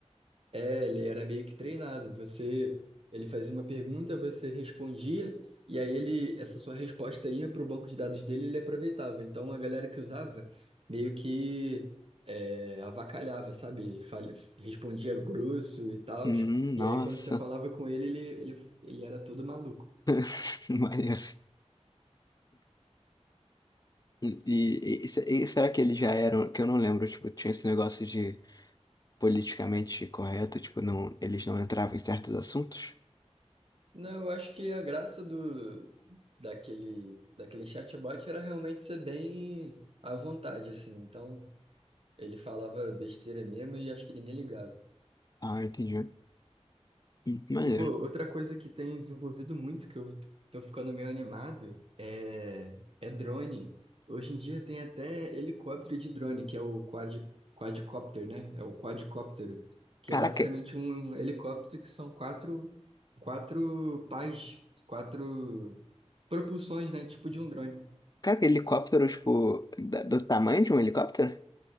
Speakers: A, on the right; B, on the left.
A: É, ele era meio que treinado. Você, ele fazia uma pergunta, você respondia, e aí ele, essa sua resposta ia para o banco de dados dele, e ele aproveitava. Então a galera que usava meio que é, avacalhava, sabe? Fal- Respondia grosso e tal.
B: Hum,
A: E
B: nossa.
A: aí quando você falava com ele, ele, ele, ele era todo maluco.
B: <laughs> Maneiro. E, e, e se- e será que eles já eram, que eu não lembro, tipo, tinha esse negócio de politicamente correto, tipo, não, eles não entravam em certos assuntos?
A: Não, eu acho que a graça do daquele daquele chatbot era realmente ser bem à vontade, assim. Então Ele falava besteira mesmo e acho que ninguém ligava.
B: Ah, entendi. Hum, Maneiro.
A: E, pô, outra coisa que tem desenvolvido muito, que eu t- tô ficando meio animado, é, é drone. Hoje em dia tem até helicóptero de drone, que é o quad... quadcopter, né? É o quadcóptero, que
B: Caraca,
A: é basicamente um um helicóptero que são quatro, quatro pás, quatro propulsões, né? Tipo de um drone,
B: cara, aquele helicóptero, tipo, da- do tamanho de um helicóptero?